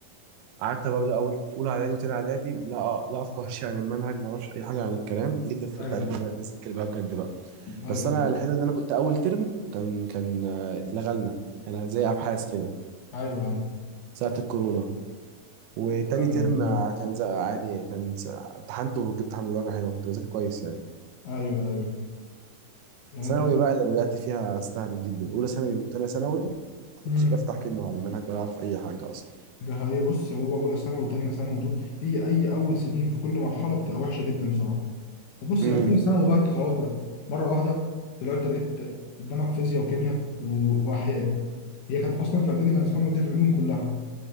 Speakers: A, on the right (about 85°); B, on the left (about 70°).
A: قعدت برضه اول اولى اعدادي وتاني اعدادي لا آه لا افقه شيء عن المنهج ما اعرفش اي حاجه عن الكلام جدا في
B: ايوه
A: ثالثه اعدادي بدات اذاكر بقى بجد بقى
B: ايوه
A: بس انا الحلو ان انا كنت اول ترم كان كان آه، اتلغى لنا كان زي ابحاث كده
B: ايوه ايوه
A: ساعه الكورونا وتاني
B: ايوه
A: ترم كان زق عادي كان س- امتحنت وجبت الحمد لله درجة حلوة كنت بذاكر كويس يعني
B: ايوه, أيوة. يعني انت
A: ثانوي بقى اللي بدأت فيها استهبل جدا أولى ثانوي وتانية ثانوي ما
B: مم.
A: كنتش بفتح كلمة على المنهج ولا أعرف أي حاجة أصلا
B: ده حقيقة بص هو أولى ثانوي وتانية ثانوي دول هي أي أول سنين في كل مرحلة بتبقى وحشة جدا بصراحة وبص
A: امم
B: يعني أولى ثانوي بقى أنت خلاص بقى مرة واحدة طلعت لقيت قدامك فيزياء وكيمياء و- وأحياء هي كانت أصلا في إعدادي كان اسمها مادة علوم كلها